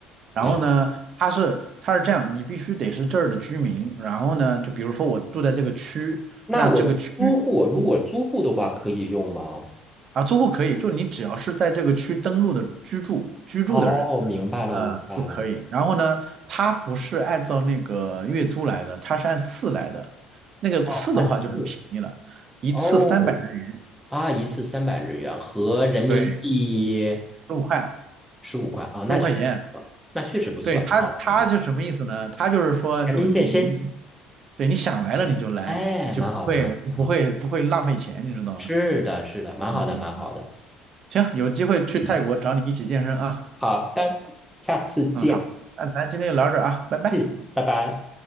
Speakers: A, on the right; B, in the centre.
A: 然后呢，
B: 了，
A: 它是它是这样，你必须得是这儿的居民。然后呢，就比如说我住在这个区，
B: 那我租户如果租户的话，
A: 那这个区，嗯，
B: 可以用吗？
A: 啊，租户可以，就你只要是在这个区登录的居住居住的人，
B: 哦，明白了，
A: 呃，
B: 明白了。
A: 就可以。然后呢，它不是按照那个月租来的，它是按次来的。那个次的话就很便宜了，
B: 哦，按四。
A: 一次三百日元，
B: 哦，啊，一次三百日元合人民币
A: 对，十五块，
B: 十五块啊，哦那确实不错，
A: 十五块钱。
B: 那确实不错，
A: 对他，
B: 蛮好的，
A: 他是什么意思呢？
B: 蛮好的。
A: 他就是说，
B: 全民健身，
A: 就你你，对你想来了你就来，
B: 哎，
A: 你就不会不会不会浪费钱，
B: 蛮好，蛮好，蛮好。
A: 你知道吗？
B: 是的，是的，蛮好的，
A: 嗯嗯，
B: 蛮好的。
A: 嗯行，有机会去泰国找你一起健身啊。
B: 嗯，好的，下次见。
A: 嗯，好，那咱今天就聊到这儿啊，拜拜。
B: 嗯，拜拜。